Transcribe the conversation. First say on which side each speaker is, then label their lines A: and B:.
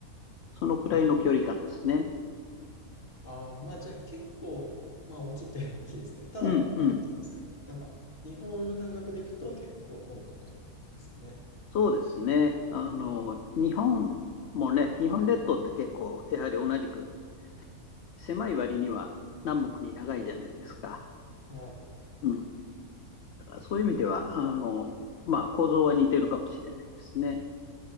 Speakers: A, on the left; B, on the left.
A: そのくらいの距離感ですね。
B: はい。あー、まあじゃあ結構、まあ大きいって言えば大きいですね。ただ、
A: うん、
B: なんて言うんですかね。
A: うん。
B: なんか、日本の感覚でいくと結構コンパクトですかね。
A: そうですね。あの、
B: うーん。
A: 日本もね、日本列島って結構、やはり同じく狭い割には南北に長いじゃないですか。
B: はい。
A: うん。だからそういう意味では、あの、まあ、構造は似てるかもしれないですね。